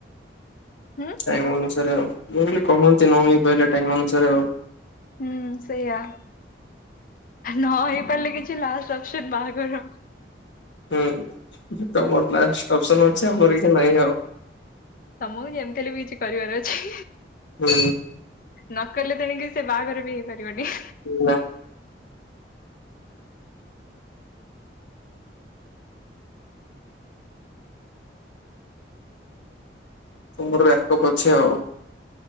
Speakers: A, on the left; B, on the left.
A: ହୁଁ।
B: ଇବ ଅନୁସାରେ ଆଉ। ମୁଁ କହିଲି କହନ୍ତି ନ ହେଇ ପାରିଲେ ଟାଇମ୍ ଅନୁସାରେ ଆଉ।
A: ହୁଁ ସେଇଆ ନ ହେଇପାରିଲେ କିଛି ଲାଷ୍ଟ ଅପସନ ବାହାଘରର।
B: ହୁଁ ତମର ଲାଷ୍ଟ ଅପସନ ଅଛି ଆମର କିଛି ନାହିଁ ଆଉ।
A: ତମକୁ ଯେମିତି ହେଲେ ବି କିଛି କରିବାର ଅଛି।
B: ହୁଁ।
A: ନକଲେ ତେଣିକି ସେ ବାହାଘର ବି ହେଇପାରିବନି।
B: ନା। ତମର ବ୍ୟାକପ୍ ଅଛି ଆଉ।